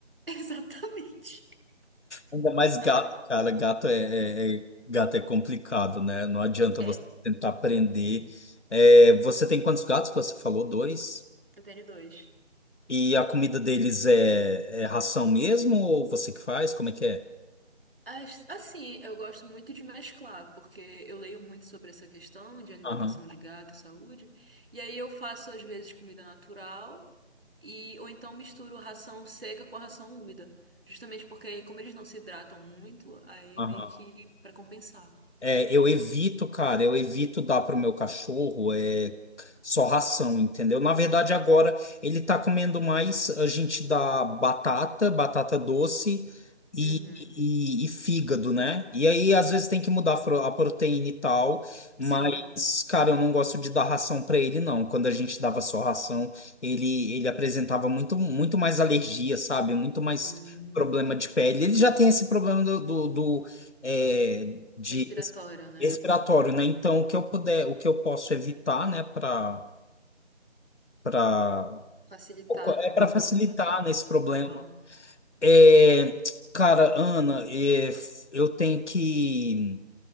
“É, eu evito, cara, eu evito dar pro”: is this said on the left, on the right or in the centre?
Left